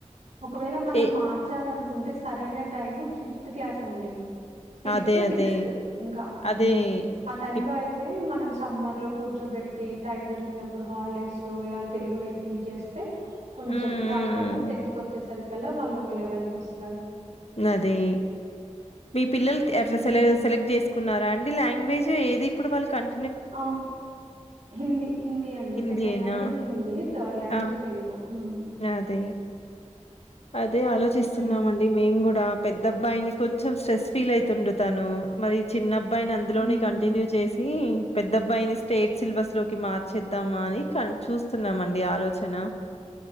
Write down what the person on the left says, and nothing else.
ఏ
అదే.
అదే.
అదే.
హ్మ్.
హ్మ్.
అదే మీ పిల్లల్ త్ ఎట్లా
సె సెలెక్ట్ చేసుకున్నార అండి లాంగ్వేజ్ జ్ ఏది ఇప్పుడు వాళ్ళకన్
హిందీయేనా?
ఆ!
అదే అద్ అదే ఆలోచిస్తున్నామండి
మేం గూడా పెద్ద అబ్బాయిని కొంచెం స్ట్రెస్ ఫీల్ అయితుండు తను మరి చిన్నబ్ బ్బాయిని అందులోనే
కంటిన్యూ చేసి పెద్ద అబ్బాయిని స్టేట్ సిలబస్ లోకి మార్చేద్దామా అని క చూస్తున్నామండి ఆలోచన